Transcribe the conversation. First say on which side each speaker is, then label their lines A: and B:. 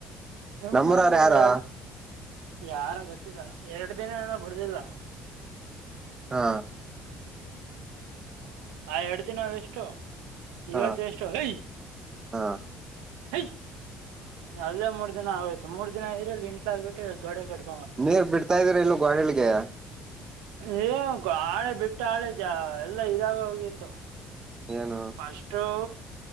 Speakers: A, on the right; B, on the right.
A: ಎಮ್ಮರ
B: ನಮ್ಮೂರವ್ರ
A: ರಾರ.
B: ಯಾರು
A: ಯಾರ ಗೊತ್ತಿಲ್ಲ ಎರಡು ದಿನ ನಾನ ಬಿಡ್ದಲ್ವಾ.
B: ಹಾ
A: ಆ ಎರಡು ದಿನ ಎಷ್ಟು ಇವತಷ್ಟ
B: ಹ
A: ಹ
B: ಹ
A: ಹ ಅಲ್ಲೇ ಮೂರ್ ದಿನ ಆಯತ ಮೂರ್ ದಿನ ಇದ್ರೆಲ್ಲಿ ಇಂಟ್ಲ ಆಗ್ಬಟ್ಟ ಗಡೆ ಕಡು
B: ನೀರ್ ಬಿಡ್ತಾ ಇದ್ರ ಇಲ್ಲ ಗಾಡಿಲ್ಗೆ
A: ಏ ಆಾಳೆ ಬಿಟ್ಟು ಆಳೆ ಜ ಎಲ್ಲ ಇದಾಗ ಹೋಗಿತ್ತು
B: ಏನು
A: ಫಸ್ಲಂಟ್ವೆಲ್